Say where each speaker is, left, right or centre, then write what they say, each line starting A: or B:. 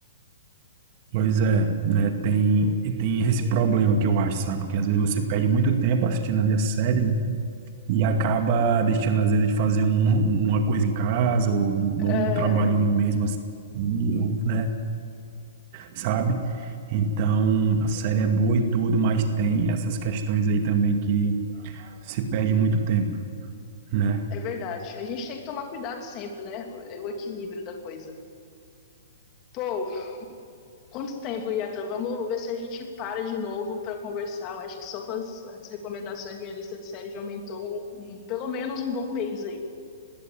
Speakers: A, on the right; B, on the left.
A: Pois é, né? Tem, e tem esse problema que eu acho, sabe? Porque às vezes você perde muito tempo assistindo ali a série, né? E acaba deixando, às vezes, de fazer um, uma coisa em casa, ou um,
B: É,
A: ou um trabalho em mesmo assim, né? sabe? Então, a série é boa e tudo, mas tem essas questões aí também que se perde muito tempo, né?
B: é verdade. A gente tem que tomar cuidado sempre, né? O, é o equilíbrio da coisa. Pô, quanto tempo, Yatan? Vamos ver se a gente para de novo para conversar. Eu acho que só com as, as recomendações de minha lista de série já aumentou um, um- pelo menos um bom mês aí.